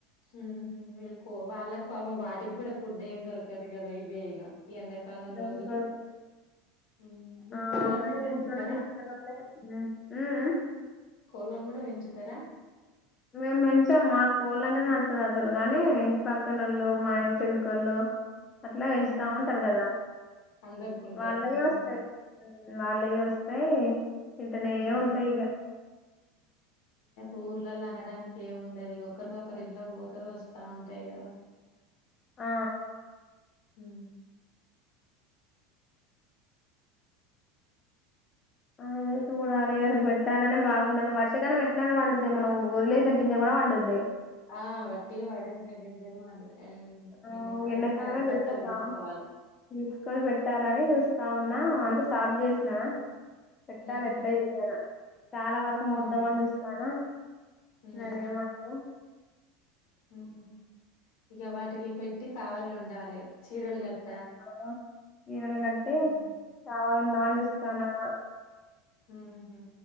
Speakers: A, on the left; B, on the left.
A: ఊహూ ఇగ కో వాళ్ళక్ పాపం వాటి గూడా ఫుడ్ ఏం దొరకదు గదా ఇవ్వే ఇగ ఎండాకాలం
B: దానికి
A: రోజులు ఊ మీకు
B: ఆ
A: కోళ్ళను
B: మా
A: గుడా
B: ఇంటి
A: వెంచుతరా
B: ముందల మేకలున్నాయి మ్మ్
A: కోళ్ళను గుడా వెంచుతరా
B: మేం పెంచాం మాక్ కోళ్ళంటేనె నచ్చదు అసలు గానీ ఇంటి పక్కనొళ్ళు మా ఇంటి ఎనకోళ్ళు అట్ల వెంచుతా
A: ఉహు
B: ఉంటరు గదా
A: అందరికి ఉంటాయి
B: వాళ్ళయే
A: ఉమ్
B: ఒస్తయ్ వాళ్ళయే ఒస్ ఏయ్ తింటనే
A: ఉమ్
B: ఉంటయ్ ఇగ
A: ఊర్లల్ల అనడానికి ఏం ఉండదిగ ఒకరిదొకరు ఇంట్ల వోతది వస్తా ఉంటయ్ గదా
B: ఆ
A: హు
B: అదే చూడాలి అసలు పెట్టాలనే బాగుండదు వర్షకాలం ఎట్లైన వండుతది మనం వదిలేసిన గింజ గూడా వండుద్ది.
A: ఆ వట్టిగ వడేసిన గింజైన వండుత
B: ఆ,
A: ఎండాకాలమే జాగ్రత్తల్
B: పెడితే బా
A: తీసుకోవాలి
B: తీసుకొని పెట్టాలని చూస్తా ఉన్ నా అంటే సాఫ్ చేసిన పెట్టాలి
A: ఉహు
B: ఎట్లా చేసైనా చాలా వరకు మోద్దామని
A: ఉహు
B: చూస్తానా
A: ఉహు
B: నేనే ఏమంటరో
A: ఉహు ఇగ వాటికి పెట్టి కావలి ఉండాలే చీరలు గట్
B: ఆ చీరలు కట్టీ
A: ఉమ్
B: కావాలుందామని చూస్తానా
A: ఊహు